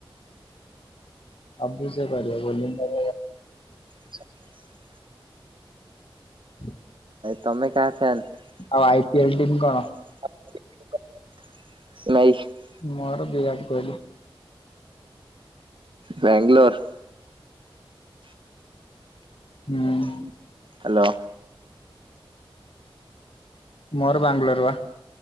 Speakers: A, on the left; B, on the right.
A: ସବୁ ସେ କରିବ, ବୋଲିଙ୍ଗ
B: ଆ
A: ହୁଁ
B: ତମେ କା <unintelligible>
A: ଆଉ ଆଇ ପିଏଲ ଟିମ୍ କଣ?
B: <unintelligible>
A: ମୋର ବିରାଟ କୋହଲି।
B: ବେଙ୍ଗଲୋର୍।
A: ହୁଁ।
B: ହ୍ୟାଲୋ।
A: ମୋର ବାଙ୍ଗଲୋର ବା।